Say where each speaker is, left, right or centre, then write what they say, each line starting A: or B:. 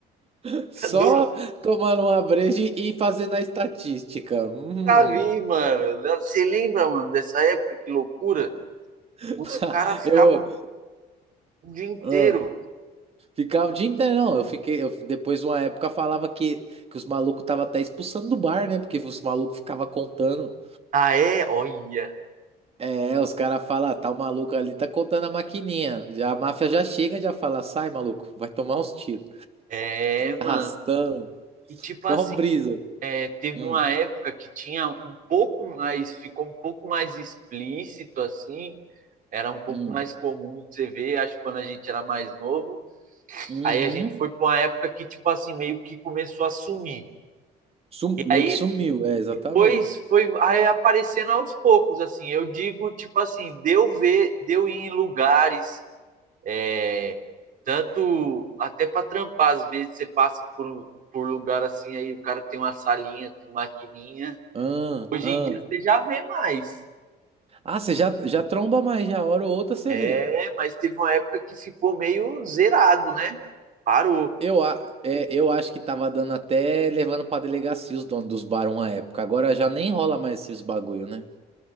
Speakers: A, on the right; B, on the right.
A: <laughs> só
B: do.
A: tomando uma breja e fazendo a estatística. Hum.
B: Nunca vi, mano. Você lembra, mano, dessa época? Que loucura.
A: <laughs>
B: Os caras
A: Eu
B: ficavam o dia inteiro.
A: ah, ficava o dia inteiro, não. Eu fiquei, eu, depois de uma época falava que, que os malucos estavam até expulsando do bar, né? Porque os malucos ficavam contando.
B: Ah, é? Olha.
A: É, os caras falam, tá o maluco ali, tá contando a maquininha. Já- A máfia já chega, já fala, sai, maluco, vai tomar uns tiros.
B: É, mano.
A: Arrastando,
B: E tipo assim,
A: mó brisa.
B: é, teve
A: Hum,
B: uma época que tinha um pouco mais, ficou um pouco mais explícito assim, era um pouco
A: hum,
B: mais comum você ver, acho que quando a gente era mais novo.
A: uhum.
B: Aí a gente foi para uma época que, tipo assim, meio que começou a sumir.
A: Sum- meio
B: Aí
A: que sumiu, é, exatamente.
B: depois foi aí aparecendo aos poucos, assim. Eu digo, tipo assim, deu ver, deu ir em lugares, é, tanto até para trampar, às vezes você passa por, por lugar assim, aí o cara tem uma salinha com maquininha.
A: Ah,
B: Hoje
A: ah.
B: em dia você já vê mais.
A: Ah, você já, já tromba mais, já, hora ou outra você vê.
B: É, mas teve uma época que ficou meio zerado, né? Parou.
A: Eu, a- é, eu acho que tava dando até levando pra delegacia os donos dos bares uma época. Agora já nem rola mais esses bagulho, né?